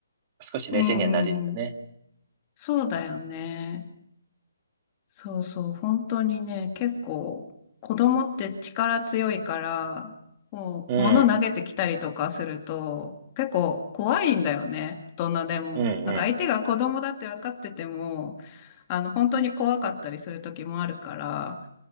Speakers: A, on the right; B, on the left.
A: 少し冷静にはなれるよね。
B: うん、うん、そうだよね。そうそう、本当にね、結構、子供って力強いから、こう、
A: うん、
B: 物投げてきたりとかすると、結構怖いんだよね、大人でも。
A: うん、うん、
B: なんか相手が子供だって分かってても、あの、本当に怖かったりする時もあるから、